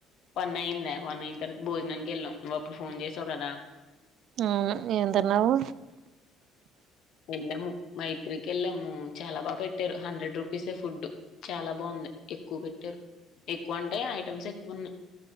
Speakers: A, on the left; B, on the right.
A: వన్ అయిందె వన్ అయిన తర్వాత భోజనానికి వెళ్ళావు నువ్వు అప్పుడు ఫోన్ ఫోన్ చేసావు కదా
B: అవును ఎం తిన్నావు
A: వెళ్ళాము మైత్రికి వెళ్ళాము చాలా బాగ పెట్టారు హండ్రెడ్ రూపీసే ఫుడ్ చాలా బాగుంది ఎక్కువ పెట్టారు ఎక్కువ అంటే ఐటమ్స్ ఎక్కువ ఉన్నాయి